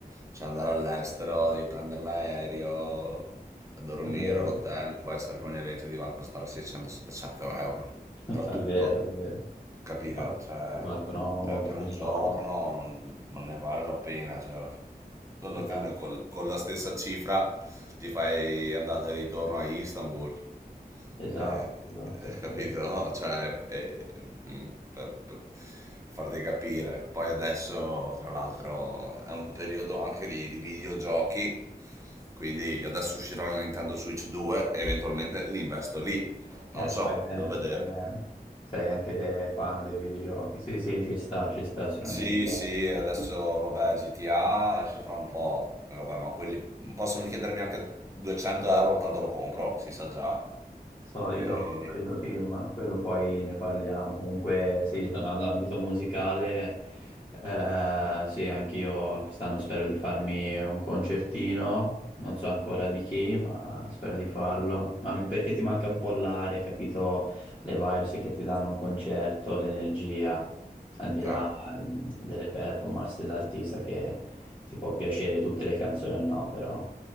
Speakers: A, on the right (about 20°); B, on the left (about 30°).
A: cioè, andare all'estero, devi prendere l'aereo, dormire
B: È vero,
A: all'hotel, può essere che un evento ti va a costare 600-700 euro,
B: <laughs>
A: tra
B: è
A: tutto.
B: vero, è vero.
A: Capito?
B: Ti par-
A: Cioè,
B: ti partono
A: per,
B: molto
A: per
B: più
A: un
B: soldi.
A: giorno non, non ne vale la pena. Cioè, alla
B: Esatto,
A: fine col- con la stessa cifra ti fai andata e ritorno a Istanbul.
B: esatto,
A: Eh,
B: esatto.
A: eh,
B: è quello.
A: capito? <laughs> Cioè, eh, mm, per, per farti capire. Poi adesso, tra l'altro, è un periodo anche di, di videogiochi, quindi adesso uscirà la Nintendo Switch 2 e eventualmente li investo lì. Non
B: Eh,
A: lo so,
B: fai bene,
A: devo vedere.
B: fai bene. Sei anche te fan dei videogiochi. Sì, sì, ci sta, ci sta sicuramente.
A: Sì, sì, adesso vabbè, GTA esce tra un po', e vabbè, ma quelli possono chiedermi anche 200 euro, tanto lo compro, si sa già.
B: Solito,
A: E...
B: solito team, quello poi ne parliamo. Comunque, sì, tornando all'ambito musicale, eh, sì, anch'io quest'anno spero di farmi un concertino. Non so ancora di chi, ma spero di farlo. Ma m- perché ti manca un po' l'aria, capito? Le vibes che ti danno un concerto, l'energia, al di
A: Certo,
B: là mm, delle performance dell'artista che ti può piacere tutte le canzoni o no, però